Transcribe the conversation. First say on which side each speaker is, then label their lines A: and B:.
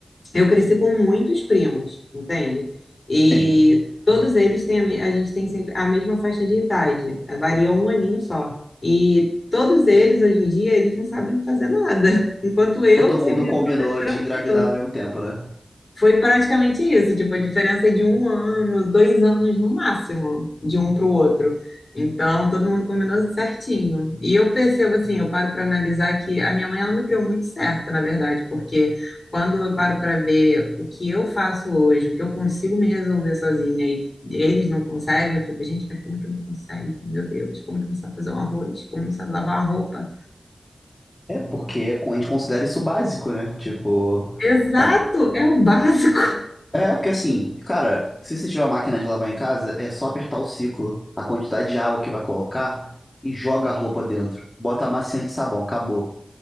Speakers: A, on the left (about 55°); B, on the left (about 30°).
A: Eu cresci com muitos primos, entende? E
B: sim.
A: todos eles têm a, me- a gente tem sempre a mesma faixa de idade, eh, varia um aninho só. E todos eles hoje em dia eles não sabem fazer nada, <laughs> enquanto eu
B: Todo mundo
A: sei meio
B: combinou
A: tranquila.
B: de engravidar ao mesmo tempo, né?
A: Foi praticamente isso, tipo, a diferença é de um ano, dois anos no máximo, de um para o outro. Então, todo mundo combinou certinho. E eu percebo assim, eu paro para analisar que a minha mãe, ela me criou muito certo, na verdade, porque quando eu paro para ver o que eu faço hoje, o que eu consigo me resolver sozinha e eles não conseguem, eu fico, gente, mas como que não consegue? Meu Deus, como que não sabe fazer um arroz? Como não sabe lavar uma roupa?
B: É porque a gente considera isso básico, né? Tipo,
A: Exato,
B: a-
A: é o básico.
B: É, porque assim, cara, se você tiver uma máquina de lavar em casa, é só apertar o ciclo, a quantidade de água que vai colocar e joga a roupa dentro. Bota amaciante e sabão, acabou.